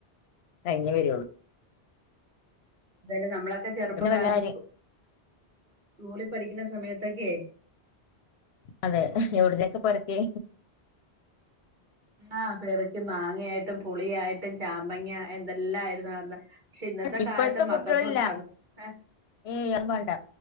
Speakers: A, on the left (about 70°); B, on the right (about 45°).
A: അത് കഴിഞ്ഞേ വരുള്ളൂ.
B: അതല്ലേ നമ്മളെ ത്തെ ചെറുപ്പകാലത്ത്
A: ഇവിടെ പിന്നെ വല്ലാരും
B: സ്കൂ സ്കൂളിൽ പഠിക്കുന്ന സമയത്ത് അതൊക്കേ
A: അതെ എവിട്ന്നെ കെ പറക്കി
B: ആ പെറക്കി മാങ്ങയായിട്ടും പുളിയായിട്ടും ചാമ്പങ്ങ എന്തെല്ല ആയിരുന്നു അന്ന്. പക്ഷെ ഇന്നത്തെ
A: ഇപ്പോഴത്തെ
B: കാലത്തെ മക്കൾക്കൊന്നും
A: കുട്ടികളില്ല
B: അത് ഹെ
A: ഏയ് അത് വേണ്ട